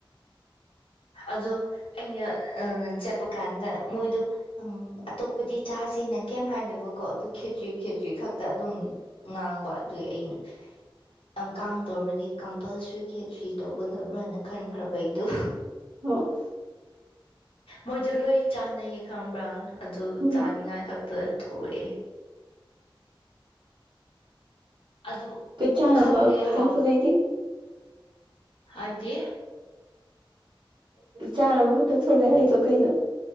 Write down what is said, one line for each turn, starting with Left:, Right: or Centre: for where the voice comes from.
Left: ꯑꯗꯣ ꯑꯩꯅ ꯑꯥ ꯆꯠꯄ ꯀꯥꯟꯗ ꯃꯣꯏꯗꯣ ꯑꯪ ꯑꯇꯣꯞꯄꯗꯤ ꯆꯥꯁꯤꯅ ꯀꯩꯝ ꯍꯥꯏꯗꯕꯀꯣ ꯑꯗꯨ ꯈꯦꯆ꯭ꯔꯤ ꯈꯦꯆ꯭ꯔꯤ ꯈꯛꯇ ꯑꯗꯨꯝ ꯉꯥꯡꯕ ꯑꯗꯨꯏ ꯑꯩꯅ ꯑꯪꯀꯥꯡ ꯇꯧꯔꯗꯤ ꯀꯝꯄꯜꯁꯔꯤ ꯈꯦꯆ꯭ꯔꯤ ꯇꯧꯒꯗꯕ꯭ꯔꯅ ꯈꯟꯈ꯭ꯔꯕ ꯑꯩꯗꯨ
Right: ꯑꯣ
Left: ꯃꯣꯏꯗꯣ ꯂꯣꯏ ꯆꯥꯅꯩꯌꯦ ꯈꯪꯕ꯭ꯔꯥ ꯑꯗꯨ
Right: ꯎꯝ
Left: ꯆꯥꯅꯤꯡꯉꯥꯏ ꯈꯛꯇ ꯊꯣꯛꯂꯛꯑꯦ ꯑꯗꯨ
Right: ꯀ ꯆꯥꯟꯅꯕ
Left: ꯈꯪꯗꯦ
Right: ꯈꯇꯪ
Left: ꯍꯥꯎ
Right: ꯊꯣꯛꯂꯛꯑꯦꯗꯤ
Left: ꯍꯥꯏꯞꯗꯤ
Right: ꯆꯥꯅꯕ ꯈꯛꯇ ꯊꯣꯛꯂꯛꯑꯦ ꯍꯥꯏꯗꯣ ꯀꯩꯅꯣ